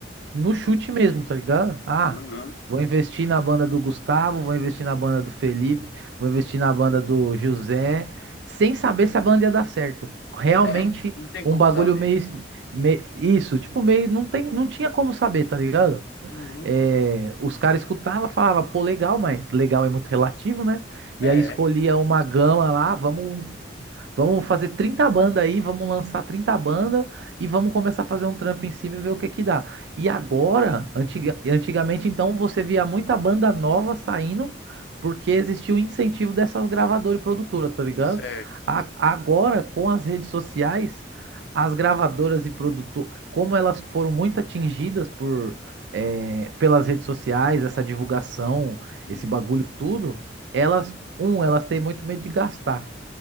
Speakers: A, on the right; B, on the left.
A: no
B: Uhum.
A: chute mesmo, tá ligado? Ah,
B: Uhum.
A: vou investir na banda do Gustavo, vou investir na banda do Felipe, vou investir na banda do José, sem saber se a banda ia dar certo. Realmente
B: É, não tem
A: um
B: como
A: bagulho
B: saber.
A: meio, me- isso, tipo, meio não tem, não tinha como saber, tá ligado?
B: Uhum.
A: É, os caras escutavam, falava, pô, legal, mas legal é muito relativo, né? E
B: É,
A: aí escolhia uma gama lá, vamos Vamos fazer 30 bandas aí, vamos lançar 30 bandas e vamos começar a fazer um trampo em cima e ver o que que dá. E agora, antiga- antigamente então, você via muita banda nova saindo porque existia o incentivo dessas gravadoras e produtoras, tá ligado?
B: certo.
A: A- agora, com as redes sociais, as gravadoras e produtoras, como elas foram muito atingidas por, eh, pelas redes sociais, essa divulgação,
B: Uhum.
A: esse bagulho tudo, elas, um, elas têm muito medo de gastar.